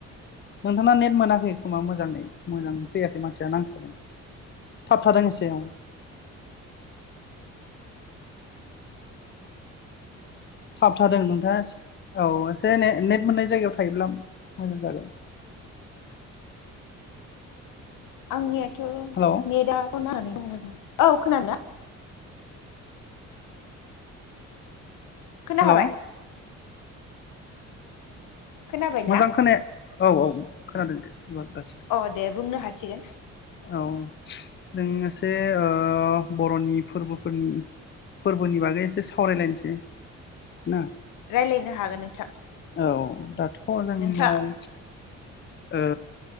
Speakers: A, on the left; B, on the left.
A: नोंथांना नेट मोनाखै खोमा मोजाङै मोजां फैयाखै माथोया नांथादों थाब थादों एसे औ थाब थादों नोंथाङा औ एसे ने नेट मोननाय जायगायाव थायोब्ला मोजां जागोन
B: आंनिया थ'
A: हेलौ
B: नेथआथ' नाङा औ मोजां औ खोनादों ना? खोना
A: हेलौ
B: खाबाय खोनाबायना
A: मोजां खोनाया औ औ खोनादों दे। एबार दासो
B: अ दे बुंनो हा सिगोन।
A: औ जों एसे ओ बर'नि फोरबोफोरनि फोरबोनि बागै एसे सावरायलायनोसै ना।
B: रायलायनो हागोन नोंथां।
A: औ दाथ' जोंनाव
B: नोंथाङा
A: ओ